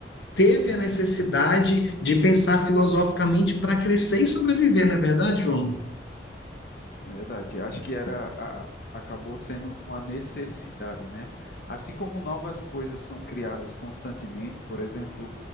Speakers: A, on the left; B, on the left.
A: teve a necessidade de pensar filosoficamente para crescer e sobreviver, não é verdade, João?
B: É verdade. Acho que era a- acabou sendo uma necessidade, né? Assim como novas coisas são criadas constantemente, por exemplo,